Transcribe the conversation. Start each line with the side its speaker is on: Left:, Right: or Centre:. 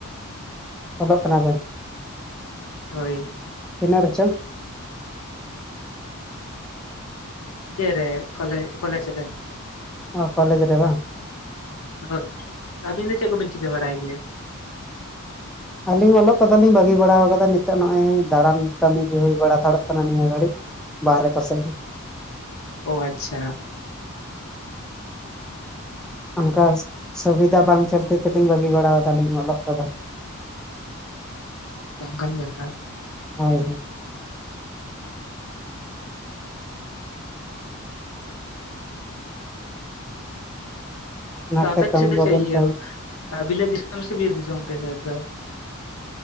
Centre: ᱚᱞᱚᱜ ᱠᱟᱱᱟ ᱵᱮᱱ?
Left: ᱦᱳᱭ
Centre: ᱛᱤᱱᱟ‍ᱹᱜ ᱨᱮ ᱪᱚᱝ?
Left: ᱤᱭᱟᱹ ᱨᱮ ᱠᱚᱞᱮ ᱠᱚᱞᱮᱡᱽ ᱨᱮ,
Centre: ᱚ ᱠᱚᱞᱮᱡᱽ ᱨᱮ ᱵᱟᱝ?
Left: ᱦᱳᱭ, ᱟᱹᱵᱤᱱ ᱫᱚ ᱪᱮᱫ ᱠᱚᱵᱤᱱ ᱪᱤᱠᱟᱹ ᱵᱟᱰᱟᱭ ᱜᱮᱭᱟ?
Centre: ᱟᱹᱞᱤᱧ ᱚᱞᱚᱜ ᱠᱚᱫᱚ ᱞᱤᱧ ᱵᱟᱹᱜᱤ ᱵᱟᱲᱟ ᱟᱠᱟᱫᱟ, ᱱᱤᱛᱚᱜ ᱱᱚᱜ ᱚᱭ ᱫᱟᱬᱟᱱ ᱠᱟᱹᱢᱤ ᱜᱮ ᱦᱩᱭ ᱵᱟᱲᱟ ᱛᱷᱟᱲᱚᱜ ᱠᱟᱱᱟ ᱱᱤᱭᱟᱹ ᱜᱷᱟᱹᱲᱤᱡ, ᱵᱟᱨᱦᱮ ᱠᱚᱥᱮᱡ ᱜᱮ,
Left: ᱚ ᱟᱪᱪᱷᱟ,
Centre: ᱚᱱᱠᱟ ᱥᱩᱵᱤᱫᱷᱟ ᱵᱟᱝ ᱪᱚᱞᱛᱤ ᱛᱮᱞᱤᱧ ᱵᱟᱹᱜᱤ ᱵᱟᱲᱟ ᱫᱟᱞᱤᱧ ᱚᱞᱚᱜ ᱠᱚ ᱫᱚ᱾
Left: ᱚᱱᱠᱟᱱ ᱵᱮᱯᱟᱨ,
Centre: ᱦᱳᱭ, ᱦᱳᱭ ᱚᱱᱟᱛᱮ
Left: ᱠᱟᱯᱮ
Centre: ᱠᱟᱹᱢᱤ
Left: ᱥᱮᱫ ᱫᱚ
Centre: ᱵᱟᱵᱮᱱ
Left: ᱪᱮᱭ ᱤᱭᱟᱹ,
Centre: ᱠᱟᱹᱢᱤ
Left: ᱵᱤᱞᱟᱛ ᱫᱤᱥᱚᱢ ᱥᱮ ᱵᱤᱨ ᱫᱤᱥᱚᱢ ᱟᱯᱮᱥᱮᱫ ᱫᱚ?